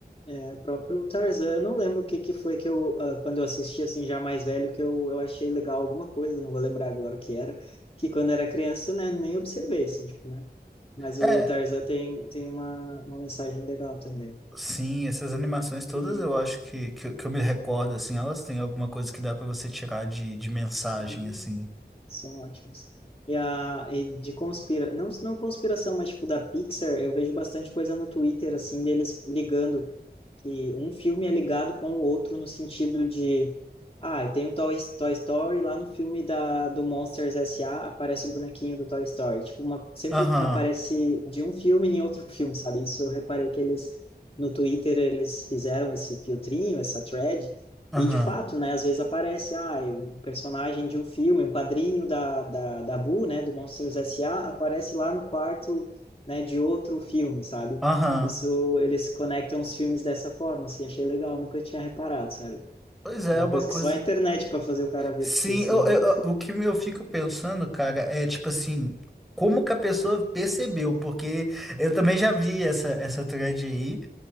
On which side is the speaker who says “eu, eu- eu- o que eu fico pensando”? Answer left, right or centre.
Centre